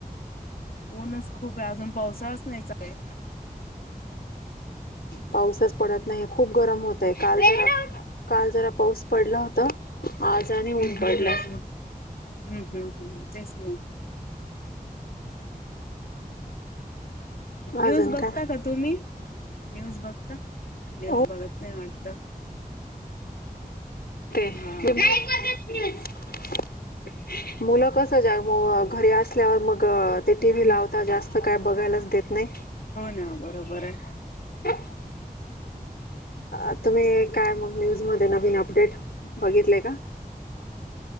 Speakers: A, on the left; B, on the left.
A: ऊनच खूप आहे अजून पावसाळच नाहीचा ये.
B: पाऊसच पडत नाहीय खूप गरम होतय काल जरा काल जरा पाऊस पडला होता आज आणि ऊन
A: हम्म
B: पडलंय
A: हम्म हम्म हम्म हम्म हम्म हम्म तेच ना. न्यूज
B: अजून
A: बघता
B: काय
A: का तुम्ही न्यूज बघता न्यूज
B: हो
A: बघत नाही वाटत.
B: ते.
A: हा
B: <unintelligible> मुलं कस जानु मग घरी असल्यावर मग ते टीव्ही
A: हम्म.
B: लावता जास्त काय बघायलाच देत नाही.
A: हो ना बरोबर आहे
B: <unintelligible> अ तुम्ही काय मग न्यूजमध्ये नवीन अपडेट बघितले का?